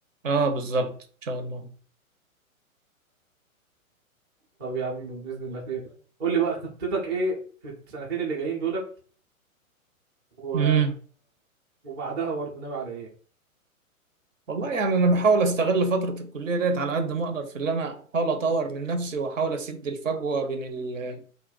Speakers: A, on the right (about 60°); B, on the right (about 20°).
A: اه بالظبط ان شاء الله
B: طب يا عم باذن الله خير قول لي بقى خطتك ايه في السنتين اللي جايين دول و...
A: امم
B: وبعدها برضه ناوي على ايه
A: والله يعني انا بحاول استغل فترة الكلية ديت على قد ما اقدر في اللي انا احاول اطور من نفسي واحاول اسد الفجوة بين ال...